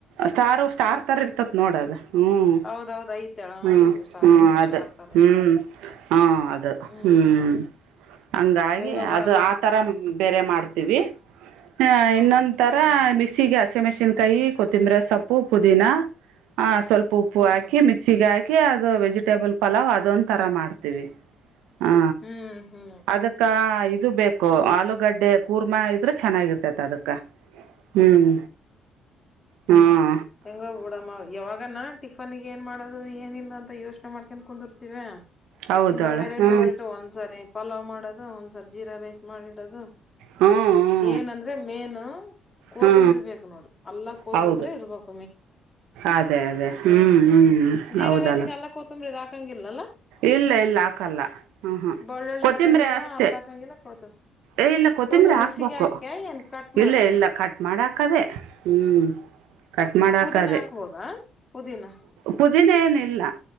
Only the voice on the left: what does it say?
ಹೌದೌದ್ ಐತೆ ಹ
ಐತೆ ಸ್ಟಾರ್
ಹೂವ
ಸ್ಟಾರ್ ತರ
ಐತೆ
ಹ್ಮ್
ಹೆಂಗೋ ಬಿಡಮ್ಮ
ಹ್ಮ್
ಹ್ಮ್
ಹ್ಮ್ ಹ್ಮ್
ಹ್ಮ್
ಹೆಂಗೋ ಬಿಡಮ್ಮ ಯಾವಾಗನ ಟಿಫನ್ಗೆ ಏನ್ ಮಾಡೋದು ಏನಿಲ್ಲ ಅಂತ ಯೋಚನೆ ಮಾಡ್ಕೊಂಡು ಕುಂತರ್ತೀವ
ಇಂದ ವೆರೈಟಿ
ವೆರೈಟಿ ಒಂದ್ಸರಿ ಪಲಾವ್ ಮಾಡೋದು ಒಂದ್ಸರಿ ಜೀರಾ ರೈಸ್ ಮಾಡಿಡೋದು
ಏನಂದ್ರೆ ಮೇನ್ ಕೋತಂಬರಿ
ಬೇಕು ನೋಡ್ರಿ ಅಲ್ಲಾ ಕೋತುಂಬರಿ
ಇರ್ಬೇಕು
ಹ
ಜೀರಾ
ರೈಸಗೆ ಎಲ್ಲ ಕೊತ್ತುಂಬರಿ ಇದು ಹಾಕಂಗಿಲ್ಲಲ್ಲ
ಬೆಳ್ಳುಳ್ಳಿ
ಹಾಕಂಗಿಲ್ಲ
ಅಲ್ಲ ಹಾಕಂಗಿಲ್ಲ ಕೋತ
ಕೋತಂಬ
ಮಿಕ್ಸಿಗೆ ಹಾಕ್ಯ ಏನ್ ಕಟ್
ಮಾಡಿ
ಪುದೀನ
ಹಾಕ್ಬೋದಾ ಪುದೀನ